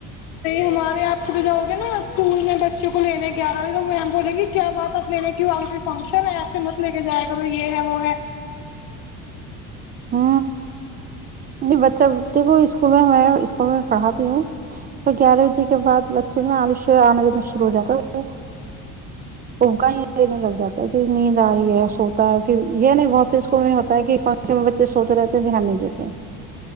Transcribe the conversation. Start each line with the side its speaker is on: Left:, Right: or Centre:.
Left: ہمارے آپ پ تو جاؤ گے نا اسکول میں بچوں کو کو لینے گیارہ بجے تو مم بولیں گی کیا بات آپ لینے کی آ کوئی فنکشن ہے آیاپ سے مت لے کے جائےا یہ ہے وہ ہے
Right: ہ نہیں بچہ دیکھو اسکول میں میں اسکول میں پڑھاتی ہوں پ گیارہ بجے کے بعد بچے میں آلش آنا دا شروع ہو جاتا وہ ابگا دینے لگ جاتا ہے کہ نیند آ رہی ہے سوتا ہے پھر یہ نہیں بہت سے اسکول میں ہوتا ہے کہ میں بچے سوتے رہتے ہیں دھیان نہیں دیتے